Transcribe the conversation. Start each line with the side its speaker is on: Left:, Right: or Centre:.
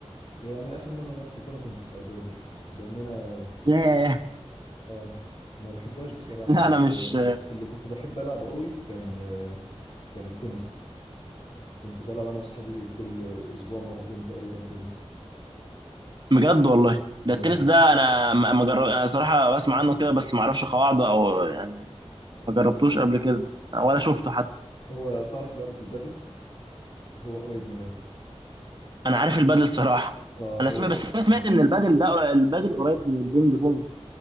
Left: يعني اخر مره لعبت كوره كنت في اعدادي لان انا
Right: ياه
Left: اه ما بحبهاش بصراحه
Right: <laughs> لا
Left: بس
Right: أنا مش
Left: آه، اللي كنت بحب العبه قوي كان آه، كان التنس كنت بلعب انا واصحابي كل اسبوع مرتين تقريبا تنس
Right: بجد والله ده
Left: اه
Right: التنس ده انا ما ما جرب انا صراحه بسمع عنه كده بس ما اعرفش قواعده او يعني ما جربتوش قبل كده ولا شفته حتى
Left: هو تعرف لعبه البادل هو قريب منها
Right: انا عارف البادل صراحه
Left: اه
Right: انا
Left: هو
Right: سمعت بس
Left: قريب
Right: انا
Left: منها
Right: سمعت ان البادل ده قر- البادل قريب من البينج بونج